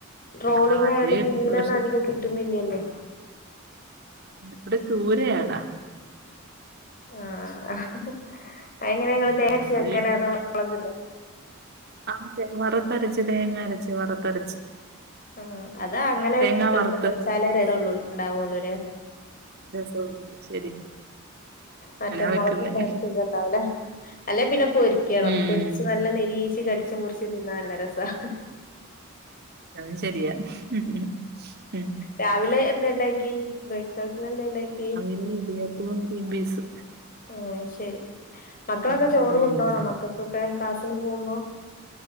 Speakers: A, on the left; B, on the right.
A: ട്രോളിംഗ്
B: ആ അത്
A: ആയോണ്ട്
B: കിട്ടും
A: മീനൊന്ന്
B: പക്ഷെ
A: അധികം കിട്ട് ട്ടുന്നില്ലലോ.
B: ഇവ്ടെ ചൂരയാടാ.
A: ആഹ് അയ് എങ്ങനെ
B: ഉം,
A: ഇങ്ങള് തേങ്ങ അരച്ച്
B: അത്
A: വെക്കല അതോ മോളഗ്ഇടോ?
B: ആഹ് തേങ്ങ വറുത്തരച്ച് തേങ്ങ അരച്ച് വറുത്തരച്ച്.
A: ആഹ് അതാ അങ്ങനെ
B: തേങ്ങ
A: ഇട്
B: വറുത്ത്
A: ട്ട് വെച്ചാലേ രസണ്ടാവോള്ളൂല്ലേ.
B: രസണ്ട്
A: മറ്റേ
B: വെക്കുന്നേ
A: മോളഗ്ട്ടര് സുഖണ്ടാവുല. അല്ലെ പിന്നെ പൊരിക്കണം
B: ഉം
A: പൊരിച്ച് നല്ല ന്നിരീച്ച് കടിച്ച് മുറിച്ച് തിന്നാ നല്ല രസ ഹ് ഹ്.
B: ആ അത് ശെരിയാ ഹ് ഹ് ഹം.
A: രാവിലെ എന്തണ്ടാക്കി ബ്രേക്ക്ഫാസ്റ്റന് എന്തണ്ടാക്കി?
B: ന്ന് ഇടിയ <unintelligible> ഗ്രീൻപിസ്.
A: ആ ശെരി മക്കളൊക്കെ
B: ഉം,
A: ചോറ്
B: ഉം.
A: കൊണ്ടോണോ മക്കക്കൊക്കെ ക്ലാസിന് പോവുമ്പോ?